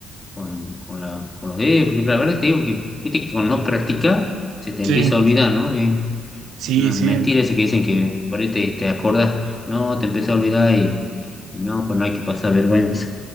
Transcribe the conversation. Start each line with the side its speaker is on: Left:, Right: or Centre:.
Left: con, con la, con los dedos, porque la verdad te digo que, viste que con no practicar se te empieza
Right: sí,
Left: a olvidar, ¿no? Eh,
Right: sí,
Left: no,
Right: sí.
Left: mentira eso que dicen que por ahí te, te acordás, no, te empieza a olvidar y, y no, pues no hay que pasar vergüenza.